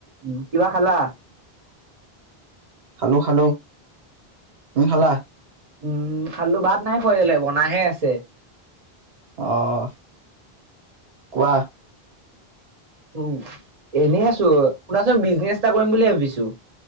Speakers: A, on the right; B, on the right.
A: উ কিবা খালা।
B: খালো খালো, তুমি খালা?
A: উম খালোঁ ভাত নাই বনাহে আছে
B: অঁহ, কোৱা?
A: উম এনেই আছো শুনাচোন বিজনেছ এটা কৰিম বুলি ভাবিছো।